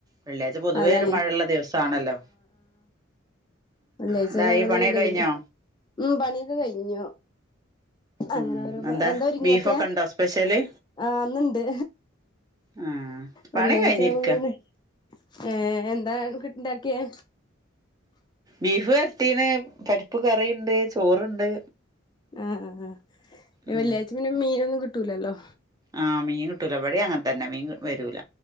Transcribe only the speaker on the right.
വെള്ളിയാഴ്ച പൊതുവേ
ഒരു മഴയുള്ള ദിവസാണല്ലോ
എന്തായി
പണിയൊക്കെ കഴിഞ്ഞോ
ഉം
ബീഫൊക്കെ ഉണ്ടോ സ്പെഷ്യല്
ആഹ് പണി
കഴിഞ്ഞിരിക്ക
ബീഫ് വരട്ടീന് പരിപ്പ് കറിയിണ്ട് ചോറിണ്ട്
ഉം
ആഹ് മീൻ കിട്ടൂല ഇവിടെ അങ്ങനെ തന്നെ മീൻ വരൂല